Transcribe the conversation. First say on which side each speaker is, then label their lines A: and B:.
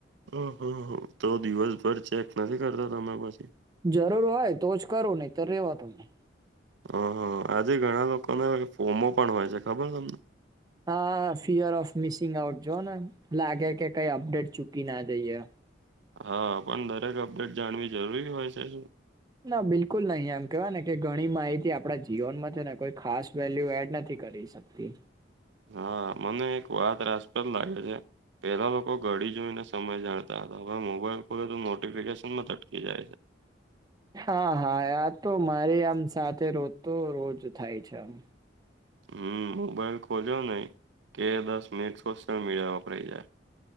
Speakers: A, on the right; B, on the right.
A: ઓહ હો તો દિવસભર ચેક નથી કરતા તમે પછી
B: જરૂર હોય તો જ કરું નહી તો રેવા તમને
A: હ હા આજે ઘણા લોકોને ફોમો પણ હોય છે ખબર તમને
B: હા ફિયર ઓફ મિસિંગ આઉટ જોઓ ને લાગે કે કઈ અપડેટ ચૂકી ના જઈએ
A: હા પણ દરેક અપડેટ જાણવી જરૂરી હોય છે શું
B: ના બિલકુલ નહી એમ કેવાય ને કે ઘણી માહિતી આપડા જીવનમાં છે ને કોઈ ખાસ વેલ્યુ એડ નથી કરીશ શકતી
A: હા મને એક વાત રાજપ્રદ લાગે છે. પેલા લોકો ઘડી જોઈને સમય જાણતા હતા હવે મોબાઈલ ખોલે તો નોટિફિકેશન માં અટકી જાય છે.
B: હા હા આ તો મારી આમ સાથે રોજ તો રોજ થાય છે આમ
A: હમ મોબાઈલ ખોલ્યો નહી કે દસ મિનિટ સોશિયલ મીડિયા વપરાઈ જાય